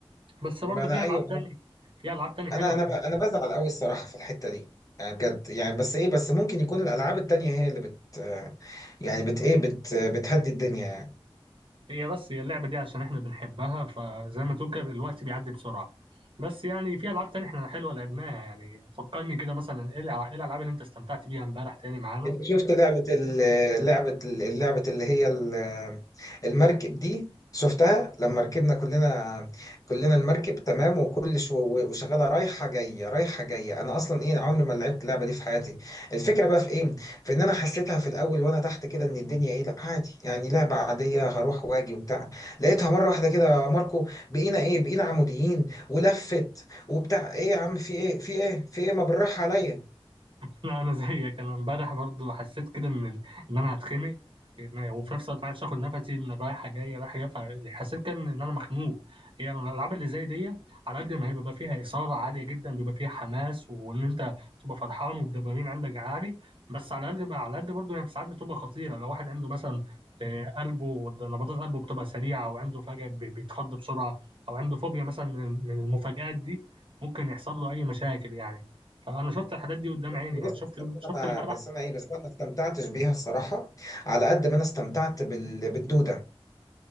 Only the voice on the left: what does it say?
ما انا
ايوه
انا انا ب-
انا
بزعل قوي الصراحه في الحته دي يعني بجد يعني بس ايه بس ممكن يكون الالعاب التانية هي اللي بت يعني بت ايه بت بتهدي الدنيا يعني
انت شفت لعبة ال- لعبة ال- اللعبة اللي هي ال- المركب دي شفتها لما ركبنا كلنا كلنا المركب تمام وكل شو وشغالة رايحة جاية رايحة جاية انا اصلا ايه عمري ما لعبت اللعبة دي في حياتي الفكرة بقى في ايه في ان انا حسيتها في الاول وانا تحت كده ان الدنيا ايه لا عادي يعني لعبة عادية هروح واجي وبتاع لقيتها مرة واحدة كده يا ماركو بقينا ايه بقينا عموديين ولفت وبتاع ايه يا عم في ايه في ايه في ايه ما بالراحة عليا
بص،
بس
انا
بس انا ايه بس انا ما استمتعتش بيها الصراحه على قد ما انا استمتعت بال... بالدوده